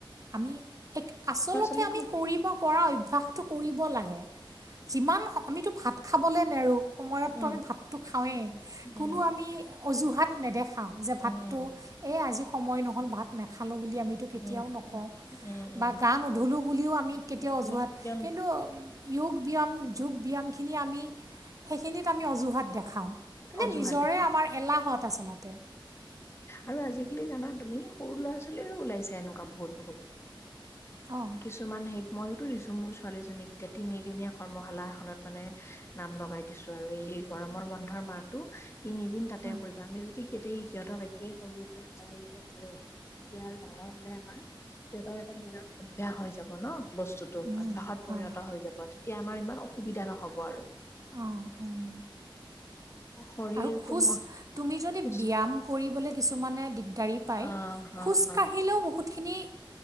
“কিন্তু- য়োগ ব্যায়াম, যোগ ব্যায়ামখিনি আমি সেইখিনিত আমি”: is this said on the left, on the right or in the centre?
Right